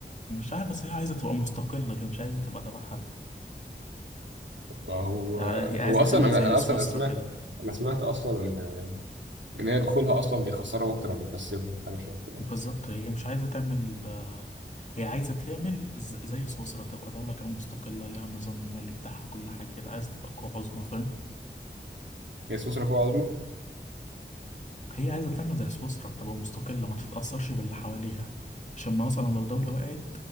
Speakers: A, on the left (about 40°); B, on the right (about 80°).
A: مش عارف بس هي عايزه تبقى مستقله كده مش عايزه تبقى تبع حد
B: ما هو
A: يعني هي عايزه
B: هو اصلا
A: تعمل
B: انا
A: زي
B: انا اصلا
A: سويسرا
B: أنا سمعت
A: كده
B: انا سمعت اصلا ان ان هي دخولها اصلا بيخسرهم اكتر ما بيكسبهم حاجه شبه كده
A: بالظبط هي مش عايزه تعمل آه، هي عايزه تعمل ز- زي سويسرا تبقى دوله كده مستقله لها النظام المالي بتاعها كل حاجه كده عايزه تبقى قوه عظمى فاهم
B: هي سويسرا قوة عظمى
A: هي عايزة تعمل زي سويسرا تبقى مستقلة ما تتأثرش باللي حواليها عشان ما مثلا لو دولة وقعت